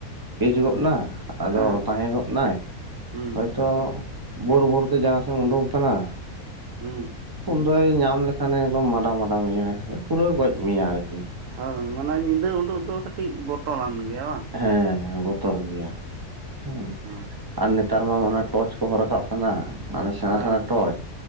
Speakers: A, on the right; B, on the right.
A: ᱯᱮᱡ ᱜᱚᱫ ᱱᱟ ᱟᱫᱚ
B: ᱦᱮᱸ
A: ᱛᱟᱦᱮᱸ ᱜᱚᱫ ᱱᱟᱭ
B: ᱦᱩᱸ
A: ᱦᱚᱭ ᱛᱚ ᱵᱳᱨ ᱵᱳᱨ ᱛᱮ ᱡᱟᱦᱟᱸ ᱥᱮᱫ ᱮ ᱩᱰᱩᱠ ᱠᱟᱱᱟ᱾
B: ᱦᱩᱸ ᱾
A: ᱩᱱᱫᱚᱭ ᱧᱟᱢ ᱞᱮᱠᱷᱟᱱ ᱮ ᱮᱠᱫᱚᱢ ᱢᱟᱰᱟ ᱢᱟᱰᱟ ᱢᱮᱭᱟᱭ ᱯᱩᱨᱟᱹ ᱜᱚᱡ ᱢᱮᱭᱟᱭ ᱟᱨᱠᱤ᱾
B: ᱦᱮᱸ ᱢᱟᱱᱮ ᱧᱤᱫᱟᱹ ᱩᱰᱩᱜ ᱫᱚ ᱠᱟᱹᱴᱤᱡ ᱵᱚᱛᱚᱨᱟᱱ ᱜᱮᱭᱟ ᱵᱟᱝ᱾
A: ᱦᱮᱸ ᱵᱚᱛᱚᱨ ᱜᱮᱭᱟ, ᱦᱩᱸ
B: <unintelligible>
A: ᱟᱨ ᱱᱮᱛᱟᱨ ᱢᱟ ᱚᱱᱟ ᱴᱚᱨᱪ ᱠᱚᱦᱚᱸ ᱨᱟᱠᱟᱵ ᱠᱟᱱᱟ, ᱢᱟᱱᱮ ᱥᱮᱬᱟ
B: ᱦᱮᱸ
A: ᱥᱮᱬᱟ ᱴᱚᱪ